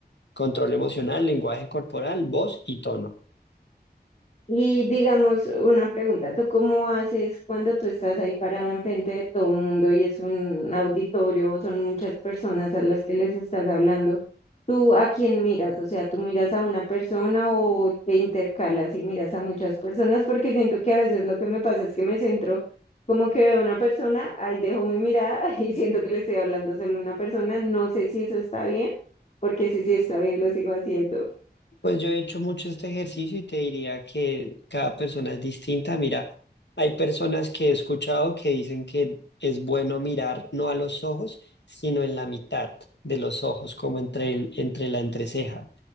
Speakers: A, on the left (about 85°); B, on the left (about 40°).
A: control emocional, lenguaje corporal, voz y tono.
B: Y digamos, una pregunta, ¿tú cómo haces cuando tú estás ahí parado enfrente de todo el mundo y es un auditorio, son muchas personas a las que les estás hablando? ¿Tú a quién miras? O sea, ¿tú miras a una persona o te intercalas y miras a muchas personas? Porque siento que a veces lo que me pasa es que me centro, como que veo una persona, ahí dejo mi mirada <laughs> y siento que le estoy hablando solo a una persona. No sé si eso está bien, porque si sí está bien, lo sigo haciendo.
A: Pues yo he hecho mucho este ejercicio y te diría que cada persona es distinta. Mira, hay personas que he escuchado que dicen que es bueno mirar no a los ojos, sino en la mitad de los ojos, como entre el- entre la entreceja.